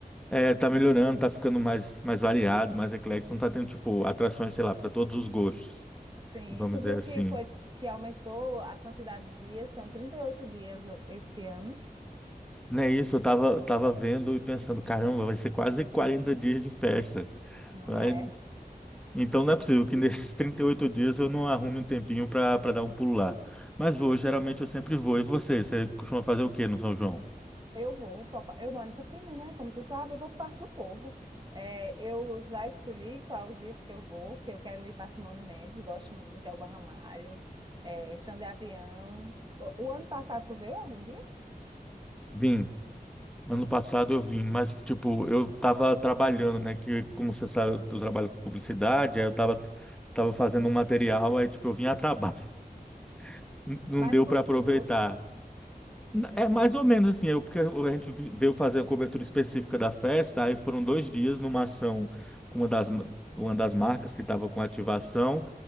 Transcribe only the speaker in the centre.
É, tá melhorando, tá ficando mais, mais variado, mais eclético, não tá tendo, tipo, atrações, sei lá, para todos os gostos,
vamos
dizer assim.
Não é isso, eu tava, tava vendo e pensando, caramba, vai ser quase 40 dias de festa.
Vai-
Então não é possível que nesses <laughs> 38 dias eu não arrume um tempinho para para dar um pulo lá. Mas vou, geralmente eu sempre vou. E você, você costuma fazer o quê no São João?
Vim. Ano passado eu vim, mas, tipo, eu tava trabalhando, né? Que, como você sabe, eu trabalho com publicidade, aí eu tava, tava fazendo um material, aí, tipo, eu vim a trabalho. <laughs> N- Não
deu
para aproveitar.
N-
É
mais ou menos assim, eu, porque a gente vi- veio fazer a cobertura específica da festa, aí foram dois dias numa ação com uma das, ma- uma das marcas que estava com ativação,